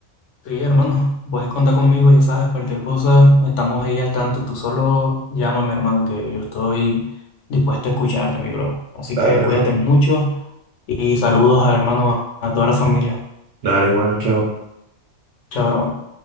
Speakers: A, on the left; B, on the right.
A: Sí, hermano, puedes contar conmigo, ya sabes, cualquier cosa, estamos ahí al tanto. Tú solo llámame, hermano, que yo estoy dispuesto a escucharte, mi bro. Así
B: Dale,
A: que cuídate
B: bro.
A: mucho y saludos a hermano, a toda la familia.
B: Dale igual, chao.
A: Chao, hermano.